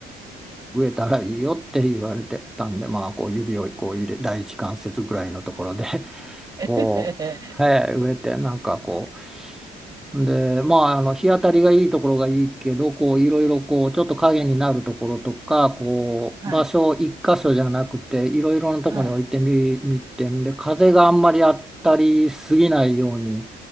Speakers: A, in the centre; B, on the right (about 20°).
A: う植えたらいいよって言われてたんで、まあ、こう指をこう入れ第一関節ぐらいのところで <laughs>
B: <laughs>
A: こう、
B: ええ、ええ
A: はい、植えてなんかこうで、まあ、あの日当たりがいいところがいいけどこういろいろこうちょっと影になるところとかこう場所を一箇所じゃなくていろいろなところに置いてみ、
B: はい、はい、
A: みてんで風があんまり当たりすぎないように。